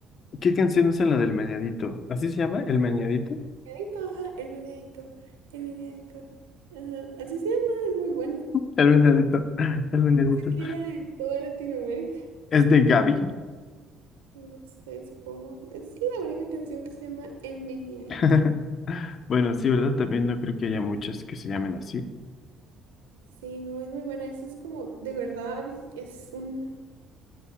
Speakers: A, on the left (about 50°); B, on the right (about 85°).
A: ¿Qué canción es en la del meñadito? ¿Así se llama? ¿El meñadito?
B: Meneadito, ajá, el meneadito, el meneadito. Ajá, así se llama, es muy bueno
A: El vendedito, el vendedito.
B: Pensé que era en toda Latinoamérica.
A: Es de Gaby.
B: No sé, supongo. Es la única canción que se llama El Meneadito.
A: <laughs> Bueno, sí, ¿verdad? También no creo que haya muchas que se llamen así.
B: Sí, no, es muy buena. Eso es como, de verdad, es un,